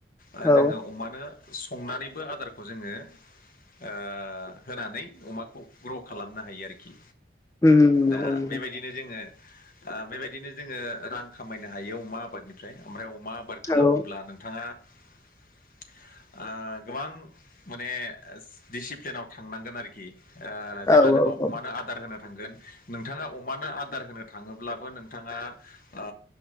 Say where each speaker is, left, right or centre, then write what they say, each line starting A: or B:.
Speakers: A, on the left; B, on the left.
A: ओ
B: औ
A: जोङो अमानो संनानैबो आदारखौ जोङो ओ होनानै अमाखौ ग्र' खालामनो हायो आरखि
B: उम नंगौ
A: दा
B: नोंथां
A: बेबाय दिनो जोङो आ बेबायदिनो जोङो रां खामायनो हायो अमा आबादनिफ्राय ओमफ्राय अमा आबा द खालामोब्ला
B: औ
A: नोंथाङा ओ गोबां माने दिसिप्लिनाव थांनांगोन आरो खि ओ जेब्ला
B: औ
A: नोङो
B: औ
A: अमानो
B: औ
A: आदार होनो थांगोन नोंथाङा अमानो आदार होनो थाङोब्लाबो नोंथाङा ओ